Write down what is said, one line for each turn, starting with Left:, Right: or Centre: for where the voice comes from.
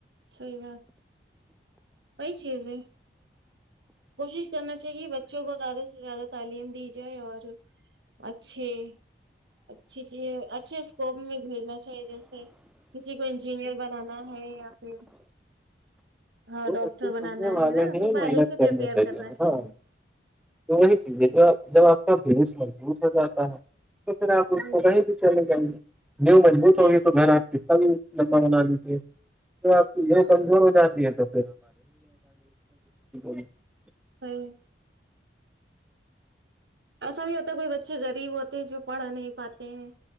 Right: صحیح بات وہی چیز ہے کوشش کرنا چاہیے بچوں کو زیادہ سے زیادہ تعلیم دی جائے اور اچھے اچھی چیز اچھے اسکوپ میں جیسے کسی کو انجینئر بنانا ہے یا پھر ہاں
Centre: وہ
Right: ڈاکٹر
Centre: بچے سمجھنے
Right: بنانا
Centre: والے
Right: ہے نا
Centre: ہیں
Right: پہلے
Centre: محنت
Right: سے پپیئر کرنا چاہیے
Centre: ہاں تو وہی چیز ہے جو جب آپ کا بھیس محبوط ہو جاتا ہے تو پھر آپ اس
Right: ہ
Centre: کو وہ ہی بھی چلے جائیں گے نیو مضبوت
Right: صحیح
Centre: ہوگی تو بن آپ کتا لمبا بنا دیتی تو آپ کیر کمزور ہو جاتی ہے تو <inaudible>
Right: صحیح ایسا بھی ہوتا ہے کوئی بچے گ غریب ہوتے جو پڑھ نہیں پاتے ہیں